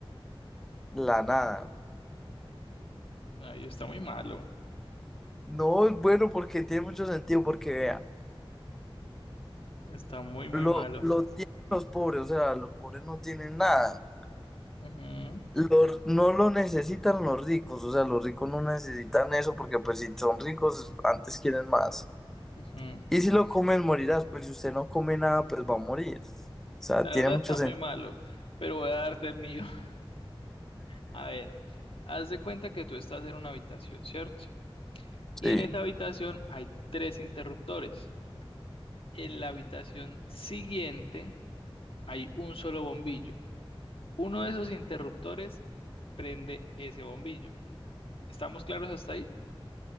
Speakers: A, in the centre; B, on the left.
A: la nada.
B: Ay, está muy malo.
A: No es bueno porque tiene mucho sentido, porque vea,
B: Está muy, muy
A: lo,
B: malo.
A: lo tienen los pobres, o sea, los pobres no tienen nada.
B: Ujú,
A: Los- no lo necesitan los ricos, o sea, los ricos no necesitan eso porque pues si son ricos, antes quieren más.
B: ujú.
A: Y si lo comes, morirás. Pues si usted no come nada, pues va a morir. O sea,
B: La
A: tiene
B: verdad
A: mucho
B: está
A: sentido.
B: muy malo, pero voy a darte el mío. <laughs> A ver, haz de cuenta que tú estás en una habitación, ¿cierto? Y
A: Sí.
B: en esa habitación hay tres interruptores. En la habitación siguiente hay un solo bombillo. Uno de esos interruptores prende ese bombillo. ¿Estamos claros hasta ahí?